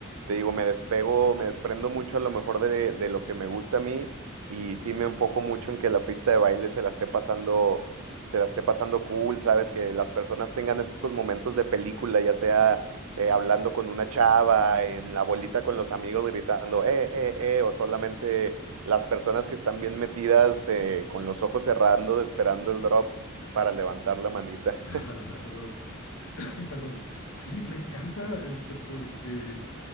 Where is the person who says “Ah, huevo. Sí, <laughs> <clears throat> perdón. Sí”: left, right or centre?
Left